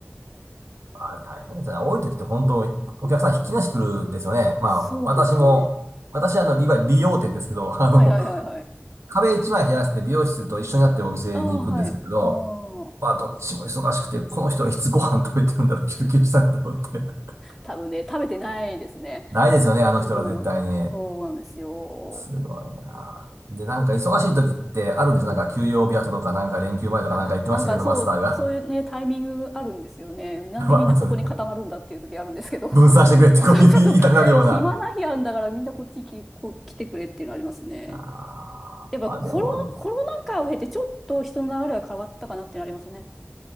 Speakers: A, on the right; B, in the centre.
A: ーあれ大変ですね。多い時って本当、
B: うん
A: お客さんひっきりなし来るんですよね。まあ私も、
B: そうですね
A: 私あの、いわゆる理容店ですけど、<laughs> あの、
B: はいはいはいはい
A: 壁一枚減らして美容室と一緒になってるお店に行くんですけど、
B: ああはいああ
A: まあどっちも忙しくて、この人らいつご飯食べてるんだろう、
B: そう
A: 休憩したんだろうって。<laughs>
B: 多分ね食べてないですね
A: ないですよね、あの人ら絶対に。
B: うんそうなんですよ
A: すごいなで、なんか忙しい時ってあるんですよ。
B: うん
A: なんか休養日後とか、なんか連休前とかなんか言ってましたけど、
B: あ、なんかそう、
A: マスターが。
B: そういうね、タイミングあるんですよね。なんでみんなここに固まるんだっていう時あるんですけど。
A: <laughs> まあ、そうね。
B: <laughs> そ
A: 分散してくれってこう言いたくなるような。
B: うそうそう。暇な日あるんだからみんなこっちき、こう来てくれっていうのありますね。
A: あーあ、
B: やっぱコロ、
A: でも、
B: コロナ禍を経てちょっと人の流れが変わったかなっていうのありますね。